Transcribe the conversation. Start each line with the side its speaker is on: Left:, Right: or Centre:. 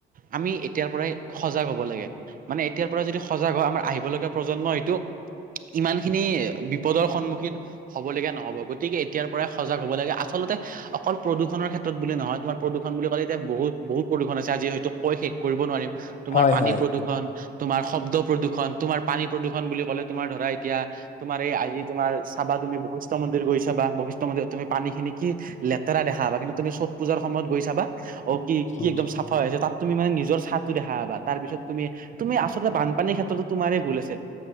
Right: আমি এতিয়াৰ পৰাই সজাগ হ'ব। লাগে মানে এতিয়াৰ পৰা যদি সজাগ হয় আমাৰ আহিব লগা প্ৰজন্মই এইটো- ইমান খিনি বিপদৰ সন্মুখীন হব লগীয়া নহ'ব গতিকে এতিয়াৰ পৰাই সজাগ হ'ব লাগে আচলতে- অকল প্ৰদূষণৰ ক্ষেত্ৰত বুলি নহয় তোমাৰ- প্ৰদূষণ বুলি ক'লে এতিয়া বহুত বহুত প্ৰদূষণ আছে আজি হয়তো কৈ শেষ কৰিব নোৱাৰিম তোমাৰ
Left: হয়
Right: পানী
Left: হয়
Right: প্ৰদূষণ- তোমাৰ শব্দ- প্ৰদূষণ তোমাৰ পানী প্ৰদূষণ বুলি ক'লে তুমাৰ ধৰা এতিয়া তোমাৰ এই আজি তমাৰ চাবা তুমি বি- মন্দিৰ গৈছা বশিষ্ট মন্দিৰত তুমি পানী খিনি কি লেতেৰা দেখা কিন্তু চত পূজা। সময়ত গৈ ছাবা অ কি কি
Left: উম
Right: একদম চা হৈ আছে তাত তুমি মানে নিজৰ- চাঁতো দেখাা তাৰ পিছত তুমি তুমি আচলতে বান- মান এই ক্ষেত্ৰতো তোমাৰ ভুল আছে